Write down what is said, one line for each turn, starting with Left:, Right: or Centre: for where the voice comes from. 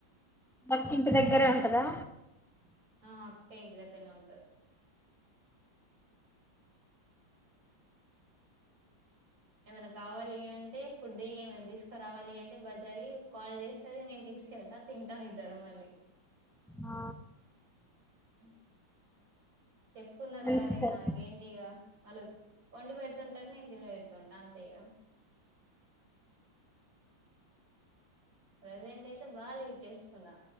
Centre: మక ఇంటి దగ్గరే ఉంటదా
Right: ఆ పెయింట్ దగ్గనే ఉంటారు ఏమైనా కావాలి అంటే ఫుడ్ ఏమైనా తీసుకురావాలి అంటే బజారీ కాల్ చేస్తది నేను తీసుకెళ్తా తింటాం ఇద్దరు మళ్ళీ
Centre: ఆ
Right: హ్మ్ చెప్పుకున్న తర్వాత
Centre: మంచిదే
Right: ఇక నాకేంటి ఇక అళ వండి పెడుతుంటారు నేను తిని పెడుతుంటాను అంతే ఇగా ప్రజెంట్ అయితే బాగా లీవ్ చేస్తున్నా